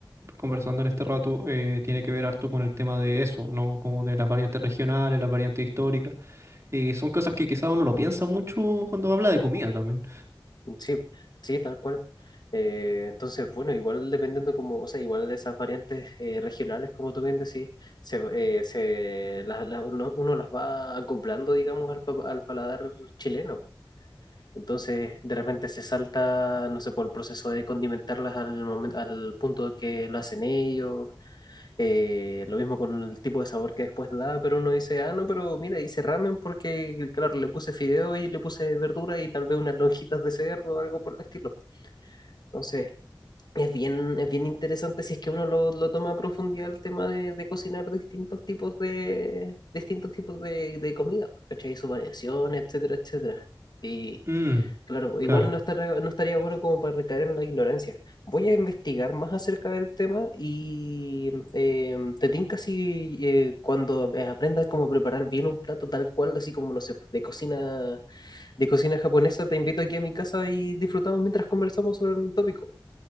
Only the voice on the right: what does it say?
conversando en este rato, eh, tiene que ver harto con el tema de eso, ¿no? Como de las variantes regionales, las variantes históricas. Y son cosas que quizás uno lo piensa mucho cuando habla de comida también.
Mm,
claro.